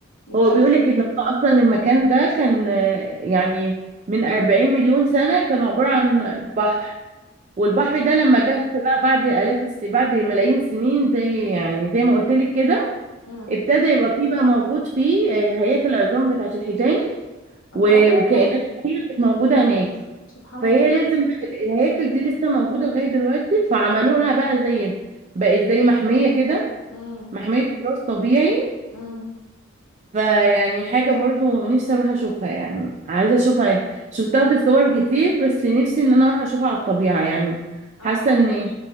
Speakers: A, on the left; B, on the right.
A: بجد
B: هو بيقولك ان هو اصلا المكان ده كان آه، يعني من 40 مليون سنة كان عبارة عن بحر والبحر
A: مم.
B: ده لما جف بقى بعد آلاف الس... بعد ملايين السنين زي يعني زي ما قلت لك كده
A: مم.
B: ابتدى يبقى فيه بقى موجود فيه آه، هياكل العظام بتاعة الحيتان
A: الله
B: و... وكائنات كتير كانت موجودة هناك
A: سبحان
B: فهي
A: الله
B: لازم بقى ال- الهياكل دي لسه موجودة لغاية دلوقتي فعملوا لها بقى زي بقت زي محمية كده
A: مم.
B: محمية تراث طبيعي
A: مم.
B: فيعني حاجة برضو نفسي اروح اشوفها يعني عايزة اشوفها يعني. شفتها في الصور كتير بس نفسي ان انا اروح اشوفها على الطبيعة يعني
A: اه
B: حاسة ان